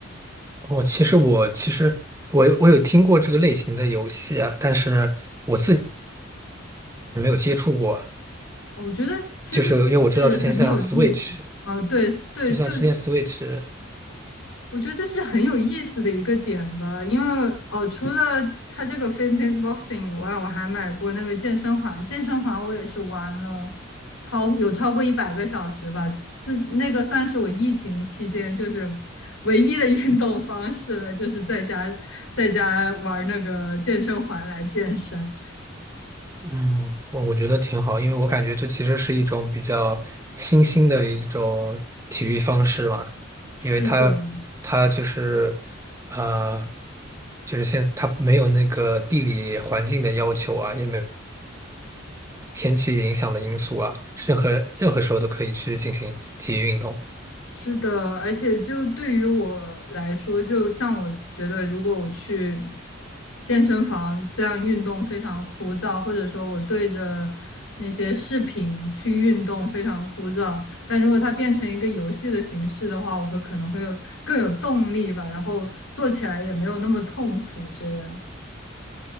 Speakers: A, on the right; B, on the left.
A: 哦，其实我其实我有我有听过这个类型的游戏啊，但是我自己没有接触过，
B: 我觉得其实这是很有意思啊，
A: 就是因为我知道之前像 Switch。
B: 对对，
A: 就像之前
B: 就是
A: Switch，
B: 我觉得这是很有意思的一个点吧，因为哦，除了它这个 Fitness Boxing 以外，我还买过那个健身环，健身环我也是玩了超有超过一百个小时吧，这那个算是我疫情期间就是唯一的运动方式了，就是在家在家玩那个健身环来健身。
A: 嗯我我觉得挺好，因为我感觉这其实是一种比较新兴的一种体育方式嘛，
B: 是的，
A: 因为它它就是呃，就是现它没有那个地理环境的要求啊，也没有天气影响的因素啊，任何任何时候都可以去进行体育运动。
B: 是的，而且就对于我来说，就像我觉得，如果我去健身房这样运动非常枯燥，或者说我对着那些视频去运动非常枯燥，但如果它变成一个游戏的形式的话，我会可能会有更有动力吧，然后做起来也没有那么痛苦。这样，